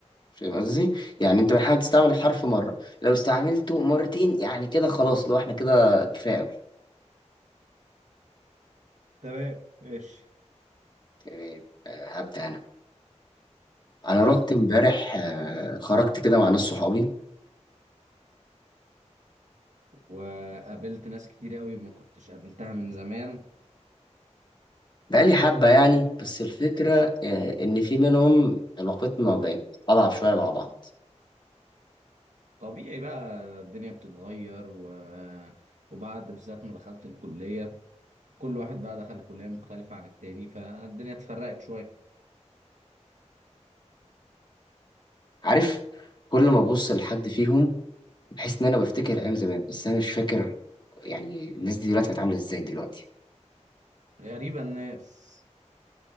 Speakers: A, on the left (about 40°); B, on the right (about 85°).
A: فاهم قصدي؟ يعني أنت بنحاول تستعمل الحرف مرة لو استعملته مرتين يعني كده خلاص لو إحنا كده كفاية أوي
B: تمام ماشي
A: تمام. آه، هبدأ أنا أنا
B: يلا
A: رحت إمبارح آه، خرجت كده مع ناس صحابي
B: وقابلت ناس كتير قوي ما كنتش قابلتها من زمان
A: بقالي حبة يعني بس الفكرة آه، إن في منهم علاقتنا بقت أضعف شوية مع بعض
B: طبيعي بقى الدنيا بتتغير و... وبعد بالذات ما دخلت الكلية كل واحد بقى دخل كلية مختلفة عن التاني فالدنيا اتفرقت شوية
A: عارف كل ما أبص لحد فيهم بحيث ان انا بفتكر ايام زمان بس انا مش فاكر يعني الناس دي دلوقتي بتعامل ازاي دلوقتي
B: غريبة الناس